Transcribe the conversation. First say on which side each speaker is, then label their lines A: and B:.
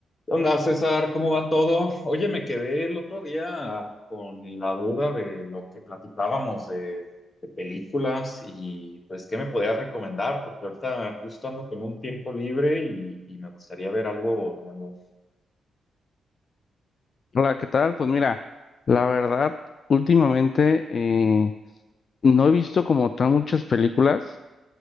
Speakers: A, on the left; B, on the left.
A: ¿Qué onda, César? ¿Cómo va todo? Oye, me quedé el otro día con la duda de lo que platicábamos de, de películas y pues, ¿qué me podías recomendar? Porque ahorita justo ando con un tiempo libre y, y me gustaría ver algo nuevo.
B: Hola, ¿qué tal? Pues mira, la verdad, últimamente eh, no he visto como tan muchas películas,